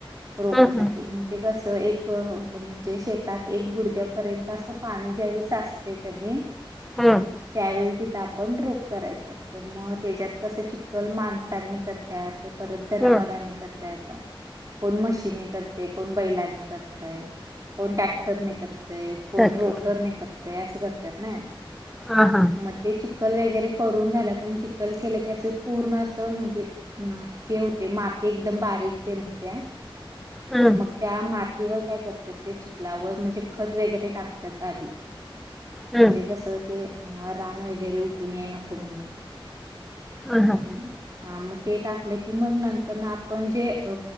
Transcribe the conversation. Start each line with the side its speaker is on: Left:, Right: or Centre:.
Right: रोपासाठी.
Centre: हम्म हम्म
Right: ते कस एक म्हणजे शेतात एक गुडघ्यापर्यंत असं पाणी ज्यावेळेस साच ते कणी
Centre: हम्म.
Right: त्यावेळी तिथं आपण रोप करायचे असते म त्याच्यात कसं चिक्कल माणसांनी करत्यात परत जनावरांनी
Centre: हम्म
Right: करत्यात कोण म्हशींनी करतय कोण बैलांनी करतय. कोण टॅक्टरने करतय कोण
Centre: अच्छा
Right: रोटरने करतय असं करत्यात नई
Centre: हा हा
Right: म ते चिक्कल वेगैरे करून झालं कणी चिक्कल केलं की असं पूर्ण असं म्हणजे ते होते माती एकदम बारीक तेन होत्या
Centre: हम्म
Right: मग त्या मातीवर काय करत्यात ते चिखलावर म्हणजे खत वगैरे टाकत्यात आधी.
Centre: हम्म
Right: म्हणजे कसं ते अ रान वगैरे उगून याय नको म्हणून.
Centre: हा
Right: हू हा म ते टाक ले कि मग नंतरन आपण जे अ